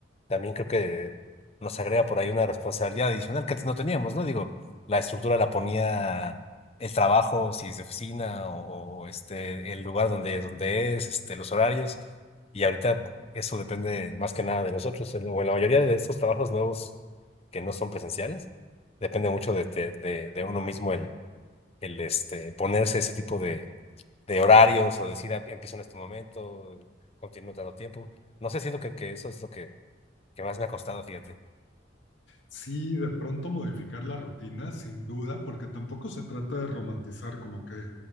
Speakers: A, on the left (about 30°); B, on the left (about 75°).
A: también creo que nos agrega por ahí una responsabilidad adicional que antes no teníamos, ¿no? Digo, la estructura la ponía el trabajo, si es de oficina o, o, este, el lugar donde, donde es, este, los horarios, y ahorita eso depende más que nada de nosotros. En, o en la mayoría de estos trabajos nuevos que no son presenciales. Depende mucho de, de- de- de uno mismo el, el este, ponerse ese tipo de, de horarios o decir, "Ah, empiezo en este momento, continúo tanto tiempo. No sé, siento que, que eso es lo que, que más me ha costado, fíjate.
B: Sí, de pronto modificar la rutina, sin duda, porque tampoco se trata de romantizar como que